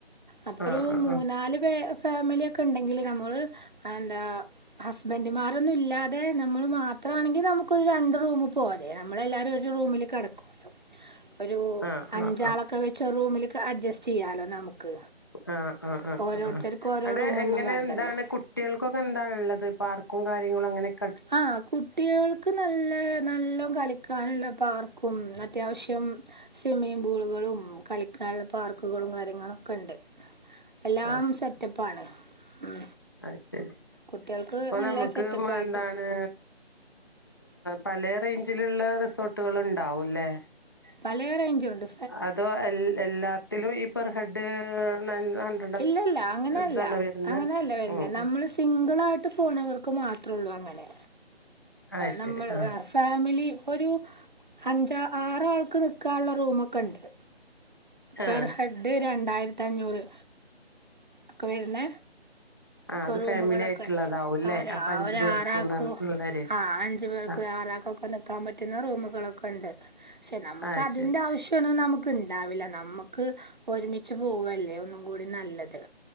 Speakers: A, on the right (about 45°); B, on the left (about 20°).
A: അപ്പൊ
B: ആഹ്
A: ഒരു
B: ആഹ്
A: മൂന്നാല്
B: ആഹ്
A: പേ ഫാമിലിയൊക്കെ ഉണ്ടെങ്കില് നമ്മള് എന്താ ഹസ്ബന്റുമാരൊന്നും ഇല്ലാതെ നമ്മള് മാത്രമാണെങ്കി നമുക്ക് ഒരു രണ്ട്റൂമ് പോവാ അതെ നമ്മളെല്ലാരും ഒരു റൂമില് കിടക്കും.
B: <inaudible>
A: ഒരു
B: ആഹ് ആഹ്
A: അഞ്ചാളൊക്കെ
B: ആഹ്
A: വെച്ച് ഒര്റൂമിലേക്ക് അഡ്ജസ്റ്റ് ചെയ്യാലോ നമുക്ക്
B: ആഹ് ആ ആ ആ
A: ഓരോരുത്തർക്കും
B: ആഹ്
A: ഓരോ
B: അവിടെ
A: റൂമൊന്നും
B: എങ്ങനെ
A: വേണ്ടല്ലോ
B: എന്താണ് കുട്ടികൾക്കൊക്കെ എന്താ ഉള്ളത് പാർക്കും കാര്യങ്ങളും അങ്ങനെ
A: ആ കുട്ടികൾക്ക് നല്ല നല്ല കളിക്കാനുള്ള പാർക്കും അത്യാവശ്യം സ്വിമ്മിംഗ് പൂളുകളും കളിക്കാനുള്ള പാർക്കുകളും കാര്യങ്ങളൊക്കെ ഉണ്ട്. എല്ലാം
B: അത് ശരി
A: സെറ്റപ്പാണ്. ഉം
B: അത് ശരി
A: കുട്ടികൾക്ക്
B: ഇപ്പൊ
A: നല്ല
B: നമുക്ക്
A: സെറ്റപ്പായിട്ട്
B: എന്താണ് പല റേഞ്ചിലുള്ള റിസോർട്ടുകൾ ഉണ്ടാവും. ലെ
A: പലറേഞ്ച് ഉണ്ട്
B: അതോ എല്ലാത്തിലും ഈ പെർ ഹെഡ് <unintelligible>
A: ഇല്ല ഇല്ല അങ്ങനെയല്ല
B: ഇതാണ് വരുന്നത്
A: അങ്ങനെയല്ല വരുന്ന
B: ഉം
A: നമ്മൾ
B: ഉം
A: സ് സിംഗിളായിട്ട് പോണവർക്ക് മാത്രമേ ഉള്ളൂ അങ്ങനെ
B: അത്
A: നമ്മള്
B: ശരി ആഹ്
A: ഫാമിലി ഇപ്പൊ ഒരു അഞ്ചാ ആറാൾക്ക് നിൽക്കാനുള്ള റൂമ് ഒക്കെ ഉണ്ട്
B: ആഹ്
A: പെർ ഹെഡ് രണ്ടായിരത്തി അഞ്ഞൂറ് ഒക്കെ വരുന്ന
B: ആഹ് അത്
A: റൂമുകളൊക്കെ
B: ഫാമിലി ആയിട്ടുള്ളതാവുംല്ലേ
A: ഉണ്ട് ഒരാ
B: അപ്പൊ അഞ്ചു പേർക്ക്ന്ന്ള്ളര്
A: ആാക്കോ ആഞ്ച് അഞ്ചു പേർക്ക്
B: ആഹ്
A: ആരാക്കൊക്കെ നക്കാൻ പറ്റുന്ന റൂമുകളൊക്കെ ഉണ്ട് പക്ഷെ നമുക്ക്
B: അത്
A: അതിന്റെ
B: ശരി
A: ആവശ്യ ഒന്നും നമുക്ക് ഉണ്ടാവില്ല നമുക്ക് ഒരുമിച്ച് പോവല്ലേ ഒന്നും കൂടി നല്ലത്